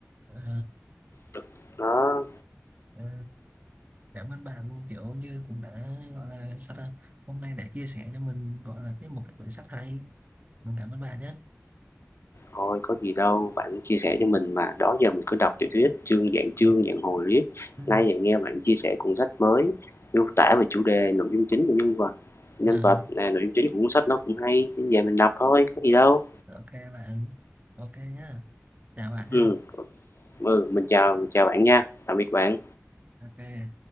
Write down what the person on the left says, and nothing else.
được. Đó.
Thôi có gì đâu, bạn chia sẻ cho mình mà, đó giờ mình cứ đọc tiểu thuyết chương dạng chương, dạng hồi riết.
Nay lại nghe bạn chia sẻ cuốn sách mới, miêu tả về chủ đề, nội dung chính của nhân vật, nhân
vật, à, nội dung chính của cuốn sách nó cũng hay, nên về mình đọc thôi, có gì đâu.
Ừ, ừ, mình chào, mình chào bạn nha, tạm biệt bạn.